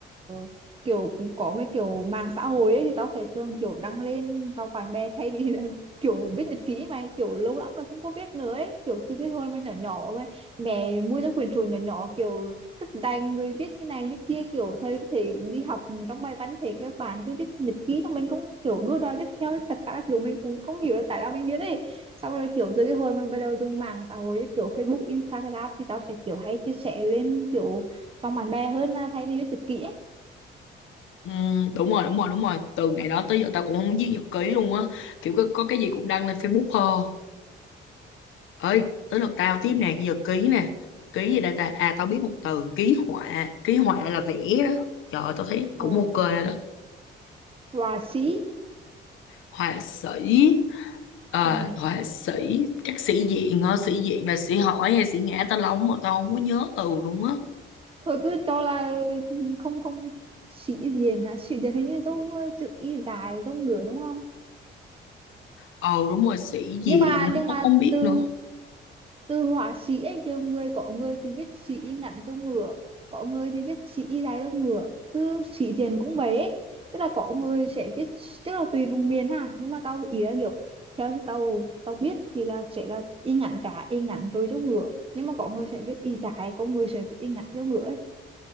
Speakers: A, on the right; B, on the left.
A: ờ, kiểu có mấy kiểu mạng xã hội ấy thì tao sẽ thường kiểu đăng lên vào bạn bè thay vì là <laughs> kiểu viết nhật ký mà kiểu lâu lắm rồi không có viết nữa ấy kiểu từ cái hồi mà nhỏ nhỏ mà mẹ mua cho quyển sổ nhỏ nhỏ kiểu cất danh rồi viết cái này cái kia kiểu thời thì đi học trong bài văn thì các bạn cứ viết nhật ký xong mình cũng kiểu đua đòi viết theo thật ra là kiểu mình cũng không hiểu là tại sao mình viết ấy xong rồi kiểu từ cái hồi mình bắt đầu dùng mạng xã hội như kiểu Facebook, Instagram thì tao sẽ kiểu hay chia sẻ lên kiểu vòng bạn bè hơn là thay vì viết nhật ký ấy
B: ừ, đúng rồi đúng rồi đúng rồi từ ngày đó tới giờ tao cũng không viết nhật ký luôn á kiểu có, có cái gì cũng đăng lên Facebook thôi ơi tới lượt tao tiếp nè giờ ký nè ký gì đây ta à tao biết một từ ký họa ký họa là vẽ đó trời ơi, tao thấy
A: ừ.
B: cũng ok đó
A: và sĩ
B: họa sĩ Ờ,
A: ừ.
B: họa sĩ chắc sĩ diện á sĩ diện là sĩ hỏi hay sĩ ngã tao lóng mà tao không có nhớ từ luôn á
A: thôi cứ cho là ừ, không không sĩ diện hả sĩ diện hình như giống ờ, chữ y dài giống ngửa đúng không
B: ờ đúng rồi sĩ diện
A: nhưng mà nhưng
B: tao
A: mà
B: không biết
A: từ
B: nữa
A: từ họa sĩ ấy nhiều người có người thì viết sĩ ngắn cho ngựa có người thì viết sĩ dài cho ngựa từ sĩ diện cũng vậy ấy. tức là có người sẽ viết tức là tùy vùng miền ha nhưng mà tao ý là kiểu theo như tao tao biết thì là sẽ là y ngắn cả y ngắn rồi cho ngựa nhưng mà có người sẽ viết y dài có người sẽ viết y ngắn cho ngựa ấy